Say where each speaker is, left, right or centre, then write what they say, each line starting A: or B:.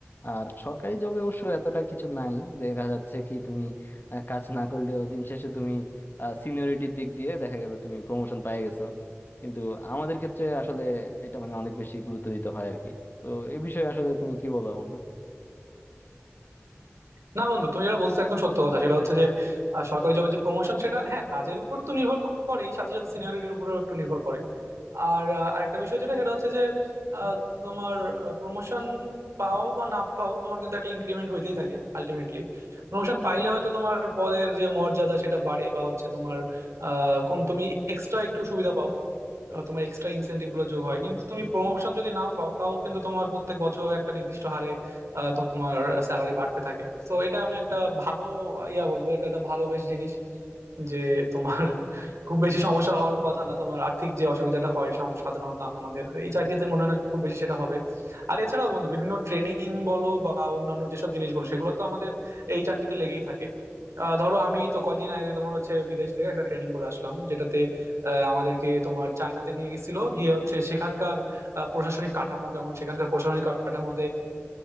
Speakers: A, on the left; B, on the right.
A: আর সরকারি জবে অবশ্য এতটা কিছু নাই দেখা যাচ্ছে কি তুমি আহ, কাজ না করলেও দিন শেষে তুমি সিনিয়রিটির দিক দিয়ে দেখা গেল তুমি প্রমোশন পেয়ে গেছো কিন্তু আমাদের ক্ষেত্রে আসলে এটা মানে অনেক বেশি গুরুত্ব দিতে হয় আর কি তো এই বিষয়ে আসলে তুমি কি বলো বন্ধু
B: না বন্ধু তুমি যেটা বলছো একদম সত্য কথা সেটা হচ্ছে যে আহ, সরকারি জবের যে প্রমোশন সেটা হ্যাঁ কাজের উপর তো নির্ভর করেই সাথে সাথে সিনিয়রিটির উপরেও একটু নির্ভর করে আর আহ, আরেকটা বিষয় যেটা সেটা হচ্ছে যে আহ, তোমার প্রমোশন পাও বা না পাও তোমার কিন্তু একটা ইনক্রিমেন্ট হইতেই থাকে আলটিমেটলি প্রমোশন পাইলে হয়তো তোমার পদের যে মর্যাদা সেটা বাড়ে বা হচ্ছে তোমার আহ কোন তুমি এক্সট্রা একটু সুবিধা পাও আহ, তোমার এক্সট্রা ইনসেন্টিভ গুলো যোগ হয় কিন্তু তুমি প্রমোশন যদি নাও পাও তাও কিন্তু তোমার প্রত্যেক বছর একটা নির্দিষ্ট হারে আহ, তোমার স্যালারি বাড়তে থাকে তো এটা আমি একটা ভালো ইয়া বলবো এটা একটা ভালো বেশ জিনিস যে তোমার খুব বেশি সমস্যা হওয়ার কথা না তোমার আর্থিক যে অসুবিধাটা হয় সাম- সাধারণত আমাদের এই চাকরিতে মনে হয় না খুব বেশি সেটা হবে আর এছাড়াও বন্ধু বিভিন্ন ট্রেনিং বলো বা অন্যান্য যেসব জিনিস বলো সেগুলো তো আমাদের এই চাকরিতে লেগেই থাকে আহ, ধরো আমি তো কয়দিন আগে তোমার হচ্ছে বিদেশ থেকে একটা ট্রেনিং করে আসলাম যেটাতে আহ, আমাদেরকে তোমার চায়নাতে নিয়ে গেছিল গিয়ে হচ্ছে সেখানকার আহ, প্রশাসনিক কাঠামো কেমন সেখানকার প্রশাসনিক কাঠামোতে